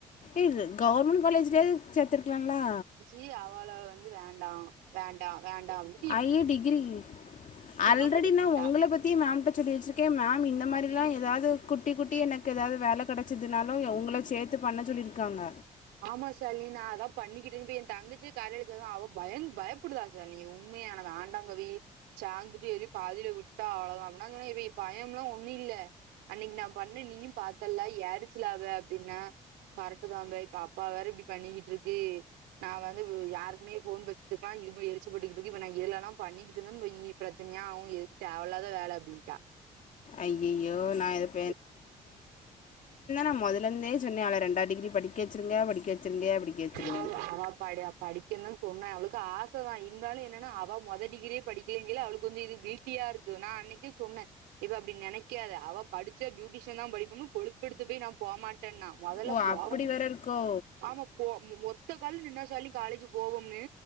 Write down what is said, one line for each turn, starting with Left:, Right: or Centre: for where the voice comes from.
Left: இது கவர்மெண்ட் காலேஜலேயே சேத்தருக்கலால்லா
Right: இ அவ்ள வந்து வேண்டா வேண்டா வேண்டா அப்ப
Left: ஐ டிகிரி ஆல்ரெடி
Right: தா படிப்பேன்ட்டா
Left: நா உங்கள பத்தியே மேம்ட்ட சொல்லி வச்சிருக்கே மேம் இன்னு இந்த மாரி தா ஏதாவது குட்டி குட்டி எனக்கு எதாது வேல கெடைச்சதுனாலு உங்கள சேத்து பண்ண சொல்லியிருக்காங்க
Right: ஆமா சாலினி நா அதா பண்ணிக்கிட்டு இருக்கே எ தங்கச்சே காலேஜில அவ பயந் பயம் ப்படுவா சாலினி உண்மையான ஆண்டாங்கவி சாந்துட்டு எத பாதில விட்டா அவ்ளம் அப்படனா சொன்னா இப்ப பயம் எல்லா ஒண்ணு இல்ல அன்னைக்கி நா பண்ண நீயு பாத்தல யாரச்சுலாவ அப்டின்னா இதுதாவே இப்ப அப்பா வேற இப்டி பண்ணிக்கிட்டு இருக்க நா வந்து யாருக்குமே போன் பேசுதுக்கலா இது எரிச்சு கெட்டுட்டு இருக்க இப்ப நா இதுல எல்லா பண்ணிகிட்டு இருந்தன்னு வையி பிரச்சனையா ஆகு எது தேவலாத வேல அப்டின்ட்டா
Left: ஐய்யய்யோ நா எது
Right: <unintelligible>
Left: நான் முதல்ல இருந்தே சொன்னேன் அவளை ரெண்டாவது டிகிரி படிக்க வச்சிருங்க படிக்க வச்சிருங்க படிக்க வச்சிருங்க
Right: ஆ அவா பாடியப் படிக்கதான்சொன்னே அவளுக்கு ஆசை தா இருந்தாலு என்னன்னா அவ மொத டிகிரியே படிக்கலிங்கேயில அவளுக்கு வந்து இது வீட் தீயா இருக்கு நா அன்னைக்கே சொன்ன இவ இப்ப அப்டி நெனைக்காத அவ படிச்ச பியூட்டிஷியனு தா படிப்போனு கொழுபெடுத்து போய் நா போமாட்டேனா மொதல்ல
Left: ஓ
Right: போவணு
Left: அப்படி வேற இருக்கோ
Right: ஆமா போ ஒத்த கால நின்னா சாலி காலேஜ் போவோம்னு